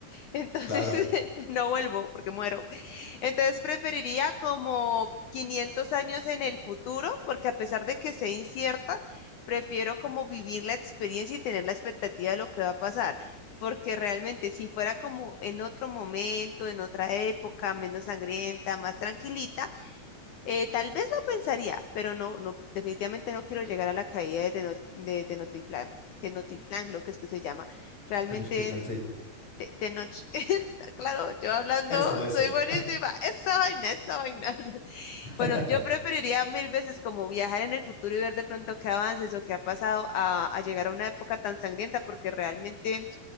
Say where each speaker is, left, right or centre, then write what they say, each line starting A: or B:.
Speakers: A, on the left; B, on the left.
A: Entonces,
B: claro.
A: <laughs> no vuelvo porque muero. Entonces, preferiría como 500 años en el futuro, porque a pesar de que sea incierta, prefiero como vivir la experiencia y tener la expectativa de lo que va a pasar. Porque realmente si fuera como en otro momento, en otra época, menos sangrienta, más tranquilita, eh, tal vez lo pensaría, pero no, no, definitivamente no quiero llegar a la caída de, Teno- de Tenochtitlán, Tenochtitlán, creo que es que se llama. Realmente
B: Tenochtitlan, sí.
A: de, de noche. <laughs> Claro, yo hablando
B: Eso, eso.
A: soy buenísima. Esa vaina, esa vaina. <laughs>
B: <laughs>
A: Bueno, yo preferiría mil veces como viajar en el futuro y ver de pronto qué avances o qué ha pasado a, a llegar a una época tan sangrienta, porque realmente,